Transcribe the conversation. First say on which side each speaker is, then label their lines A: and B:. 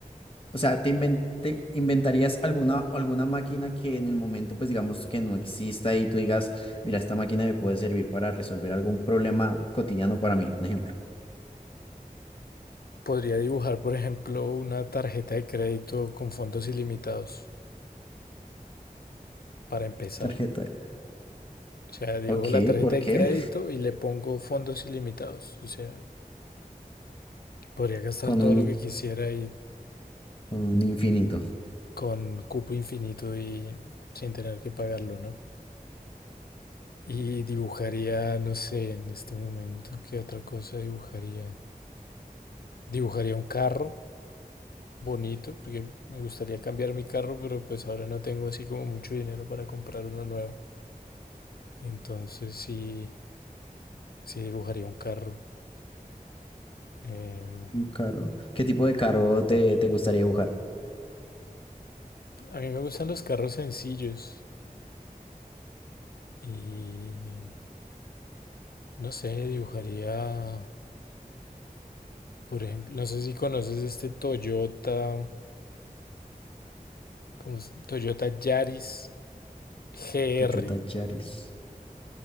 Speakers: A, on the left (about 35°); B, on the left (about 85°).
A: O sea, te inven- te inventarías alguna, alguna máquina que en el momento, pues digamos que no exista y tú digas, mira, esta máquina me puede servir para resolver algún problema cotidiano para mí, un ejemplo.
B: Podría dibujar, por ejemplo, una tarjeta de crédito con fondos ilimitados, para empezar.
A: Tarjeta, de-
B: O sea, dibujo
A: Ok,
B: la tarjeta
A: ¿por
B: de
A: qué?
B: crédito y le pongo fondos ilimitados. O sea, podría gastar
A: Con
B: todo
A: un,
B: lo que quisiera y
A: un infinito.
B: con cupo infinito y sin tener que pagarlo, ¿no? Y dibujaría, no sé, en este momento, ¿qué otra cosa dibujaría? Dibujaría un carro bonito, porque me gustaría cambiar mi carro, pero pues ahora no tengo así como mucho dinero para comprar uno nuevo. Entonces sí, sí dibujaría un carro. Em,
A: un carro. ¿Qué tipo de carro te, te gustaría dibujar?
B: a mí me gustan los carros sencillos. Y no sé, dibujaría, por ejemplo, no sé si conoces este Toyota, ¿cómo es? Toyota Yaris GR.
A: Toyota Yaris.